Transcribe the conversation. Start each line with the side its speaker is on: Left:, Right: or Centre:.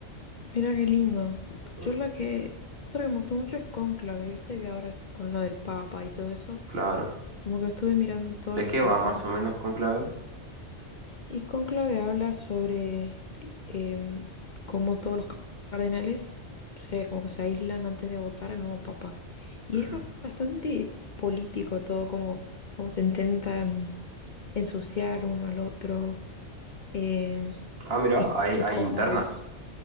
Left: Mira qué lindo.
Right: Eh,
Left: Yo la que. Otra que me gustó mucho es Cónclave. Viste que ahora con la del Papa y todo eso.
Right: claro.
Left: Como que estuve mirando todas
Right: ¿De
Left: las
Right: qué
Left: películas.
Right: va más o menos Conclave?
Left: Y Cónclave habla sobre em, cómo todos los cardenales se, como que se aíslan antes de votar al nuevo Papa. Y
Right: Ujú.
Left: es bastante político todo, como, como se intentan. ensuciar uno al otro. em,
Right: Ah, mira,
Left: y,
Right: hay,
Left: y
Right: hay
Left: como,
Right: internas.